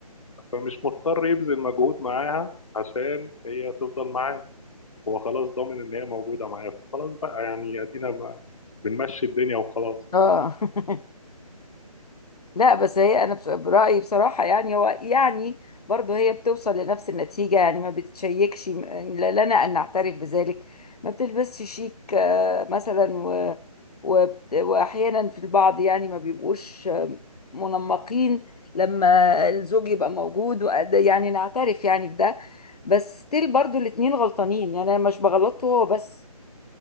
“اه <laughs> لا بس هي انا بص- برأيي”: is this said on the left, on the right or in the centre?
Left